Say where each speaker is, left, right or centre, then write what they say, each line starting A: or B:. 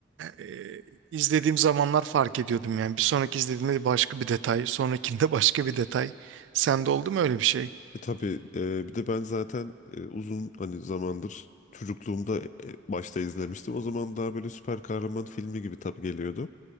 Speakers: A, on the right; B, on the left.
A: Eee, izlediğim zamanlar fark ediyordum yani. Bir sonraki izlediğimde başka bir detay, sonrakinde <laughs> başka bir detay. Sende oldu mu öyle bir şey?
B: E tabii e, bir de ben zaten e, uzun hani zamandır çocukluğumda e, başta izlemiştim. O zaman daha böyle süper kahraman filmi gibi tabii geliyordu.